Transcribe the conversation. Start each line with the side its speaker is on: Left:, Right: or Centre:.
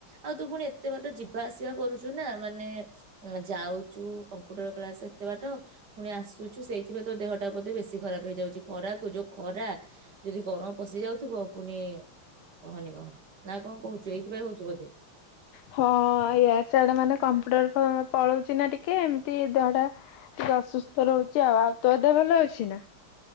Right: ଆଉ ତୁ ଫୁଣି ଏତେ ବାଟ ଯିବା ଆସିବା କରୁଛୁ ନା ମାନେ ଯାଉଛୁ କମ୍ପୁଟର କ୍ଲାସ ଏତେ ବାଟ ପୁଣି ଆସୁଛୁ ସେଇଥିପାଇଁ ତୋ ଦେହଟା ବୋଧେ ବେଶୀ ଖରାପ ହେଇଯାଉଛି ଖରାକୁ ଯୋଉ ଖରା ଯଦି ଗରମ୍ ପଶିଯାଉଥିବ ପୁଣି କହନି କହନି ନା କଣ କହୁଛୁ ଏଇଥିପାଇଁ ହଉଛି ବୋଧେ।
Left: ହଁ ଏୟା ସିଆଡେ ମାନେ କମ୍ପ୍ୟୁଟର ପଳଉଛି ନା ଟିକେ ଏମିତି ଦେହ ଟା ଟିକେ ଅସୁସ୍ଥ ରହୁଛି ଆଉ ଆଉ ତୋ ଦେହ ଭଲ ଅଛି ନା।